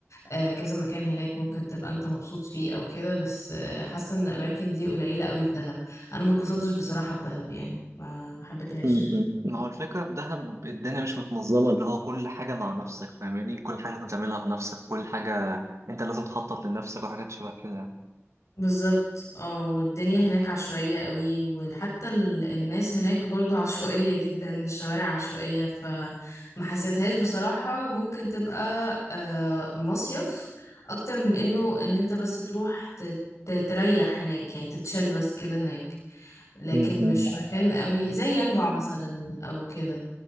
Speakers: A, on the left; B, on the right.
A: آه، كذا مكان هناك ممكن تبقى انت مبسوط فيه او كده بس آه، حاسه ان الاماكن دي قليله قوي في دهب انا ما اتبسطتش بصراحه في دهب يعني ما ما حبيتهاش
B: م-م. ما هو الفكرة في دهب الدنيا مش متنظمة اللي هو كل حاجة مع نفسك فاهماني كل حاجة لازم تعملها بنفسك كل حاجة انت لازم تخطط لنفسك وحاجات شبه كده يعني.
A: بالظبط اه والدنيا هناك عشوائيه قوي وحتى ال- الناس هناك برضو عشوائيه جدا الشوارع عشوائيه فما حسيتهاش بصراحه ممكن تبقى آه، مصيف اكتر من انه ان انت بس تروح ت- تريح هناك يعني تتشال بس كده هناك لكن
B: م-م.
A: مش مكان قوي زي ينبع مثلا او كده